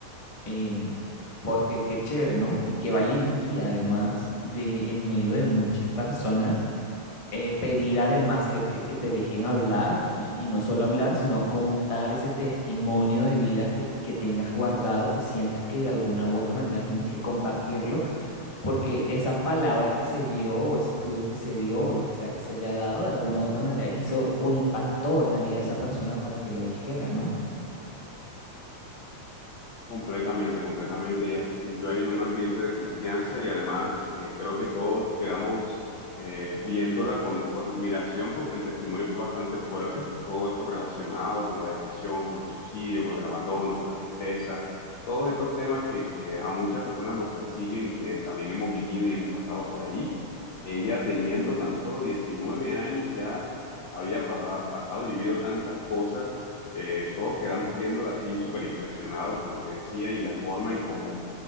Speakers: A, on the left (about 35°); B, on the left (about 80°).
A: em, porque qué chévere, ¿no? Y qué valentía además de en medio de muchas personas eh, pedir además que te, que te dejen hablar y, y no solo hablar, sino contar ese testimonio de vida que, que tengas guardado, que sientas que de alguna u otra manera tienes que compartirlo porque esa palabra que se dio o ese estudio que se dio o lo que sea que se haya dado, de alguna u otra manera hizo o impactó en la vida de esa persona para que lo dijera, ¿no?
B: Completamente, completamente. Ella se sintió ahí en un ambiente de confianza y además eh, creo que todos quedamos eh, viéndola con, con admiración porque el testimonio fue bastante fuerte. Todo esto relacionado con la depresión, con el suicidio, con el abandono, con la tristeza, todos estos temas que, que a muchas personas nos persiguen y que también hemos vivido y hemos pasado por ahí. Ella teniendo tan solo 19 años ya había pa- pasado y vivido tantas cosas eh, todos quedamos viéndola así súper impresionados con lo que decía y la forma en cómo,